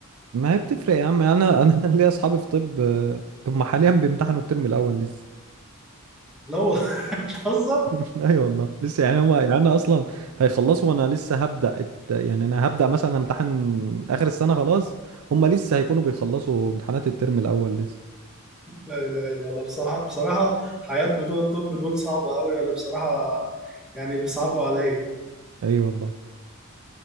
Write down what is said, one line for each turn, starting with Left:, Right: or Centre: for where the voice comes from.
Right: ما هي بتفرق يا عم انا انا <laughs> ليا اصحابي في طب آه، هم حاليا بيمتحنوا الترم الاول لسه
Centre: لو <laughs> بتهزر
Right: <laughs> ايوه والله لسه يعني هو يعني انا اصلا هيخلصوا وانا لسه هبدا الت- يعني انا هبدا مثلا امتحن اخر السنه خلاص هم لسه هيكونوا بيخلصوا امتحانات الترم الاول لسه
Centre: لا إله إلا الله بصراحة بصراحة حياة بتوع الطب دول صعبة قوي أنا بصراحة يعني بيصعبوا عليا
Right: ايوه والله